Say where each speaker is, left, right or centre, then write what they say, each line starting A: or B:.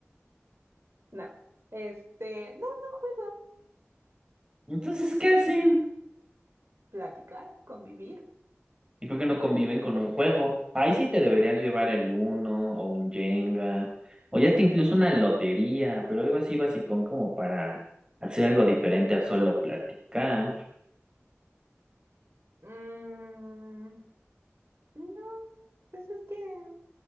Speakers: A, on the right; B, on the right.
A: No, este, no, no juego.
B: Entonces, ¿qué hacen?
A: Platicar, convivir.
B: ¿Y por qué no conviven con un juego? Ahí sí te deberías llevar el uno o un Jenga, o ya hasta incluso una lotería, pero algo así basicón como para hacer algo diferente a solo platicar.
A: Mm, no, pues es que,